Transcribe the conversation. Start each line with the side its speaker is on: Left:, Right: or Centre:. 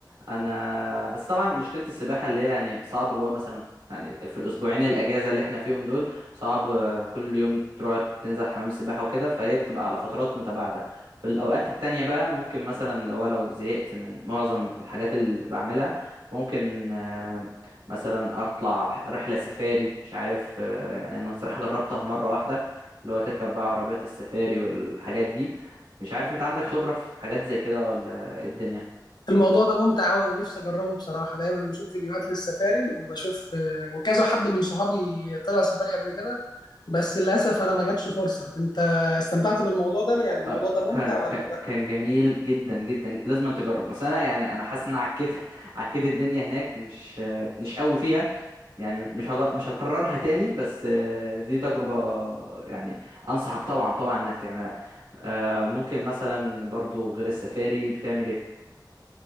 Right: انا بس طبعا مشكله السباحه اللي هي يعني صعب اللي هو مثلا يعني في الاسبوعين الاجازه اللي احنا فيهم دول صعب آه، كل يوم تروح تنزل حمام سباحه وكده فهي بتبقى على فترات متباعده في الاوقات التانية بقى ممكن مثلا لو لو زهقت من معظم الحاجات اللي بعملها ممكن آه، مثلا اطلع رحله سفاري مش عارف آه، يعني انا صراحه جربتها مره واحده اللي هو تركب بقى عربيات السفاري والحاجات دي مش عارف انت عندك خبرة في حاجات زي كده ولا ايه الدنيا
Left: الموضوع ده ممتع قوي انا نفسي اجربه بصراحه دايما بشوف فيديوهات للسفاري وبشوف آه، وكذا حد من صحابي طلع سفاري قبل كده بس للاسف انا ما جاتش فرصه انت استمتعت بالموضوع ده يعني الموضوع
Right: آه،
Left: ده ممتع
Right: كان
Left: ولا
Right: كان كان جميل جدا جدا لازم أن تجرب بس انا يعني انا حاسس ان انا عكيت <laughs> عكيت الدنيا هناك مش آه، مش قوي فيها يعني مش هض- مش هكررها تاني بس آه، دي تجربة يعني انصحك طبعا طبعا انك تعملها آه، ممكن مثلا برضو غير السفاري بتعمل ايه